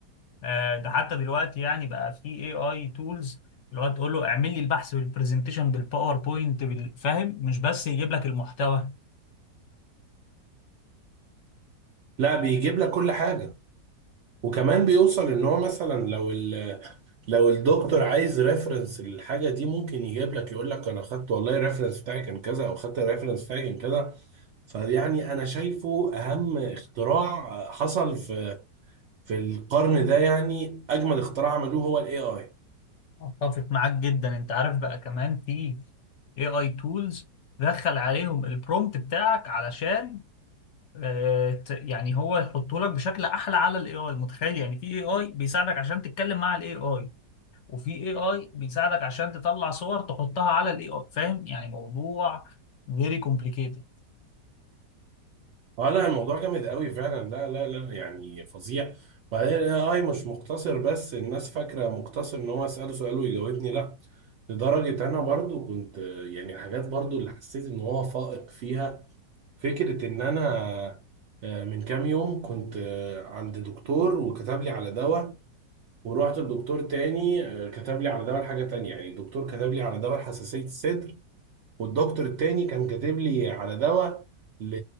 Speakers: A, on the left; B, on the right.
A: آه ده حتى دلوقتي يعني بقى في اي اي تولز اللي هو تقول له اعمل لي البحث والبرزنتيشن بالباوربوينت بالفاهم مش بس يجيب لك المحتوى
B: لا بيجيب لك كل حاجة وكمان بيوصل ان هو مثلا لو لو الدكتور عايز ريفرنس للحاجه دي ممكن يجيب لك يقول لك انا خدت والله الريفرنس بتاعي كان كذا او خدت الريفرنس بتاعي كان كذا فيعني انا شايفه اهم اختراع حصل في في القرن ده يعني اجمل اختراع عملوه هو الاي اي
A: اتفق معاك جدا انت عارف بقى كمان في AI tools دخل عليهم البرومت بتاعك علشان آه، ت- يعني هو يحطه لك بشكل احلى على الاي اي متخيل يعني في اي اي بيساعدك عشان تتكلم مع الاي اي وفي اي اي بيساعدك عشان تطلع صور تحطها على الاي اي فاهم يعني موضوع very complicated
B: اه لا الموضوع جامد قوي فعلا لا لا لا يعني فظيع وبعدين الاي اي مش مقتصر بس الناس فاكره مقتصر ان هو اساله سؤال ويجاوبني لا لدرجه انا برضو كنت يعني حاجات برضو اللي حسيت ان هو فائق فيها فكرة إن أنا آه، من كام يوم كنت آه، عند دكتور وكتب لي على دواء ورحت لدكتور تاني آه، كتب لي على دواء لحاجة تانية يعني الدكتور كتب لي على دواء حساسية الصدر والدكتور التاني كان كاتب لي على دواء ل...